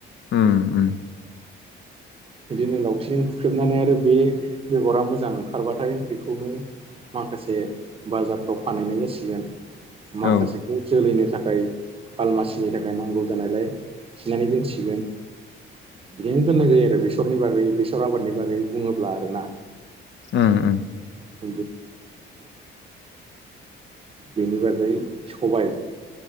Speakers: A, on the left (about 60°); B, on the right (about 25°).
A: उम-उम
B: बिदिनो लावथिंजों बुख्रेबनानै आरो बे बेगरा मोजां ओंखारबाथाय बेखौनो माखासे बाजारफ्राव फानहैनाय जासिगोन माखासेखौ
A: औ
B: जोलैनो थाखाय थाखाय खालमासिनि थाखाय नांगौ जानायलाय थिनानै दोनसिगोन बिदिनो दोननाय जायो आरो बे बेसरनि बागै बेसर आबादनि बागै बुङोब्ला आरोना।
A: ओं-ओं
B: <unintelligible> बेनि बागै सबाय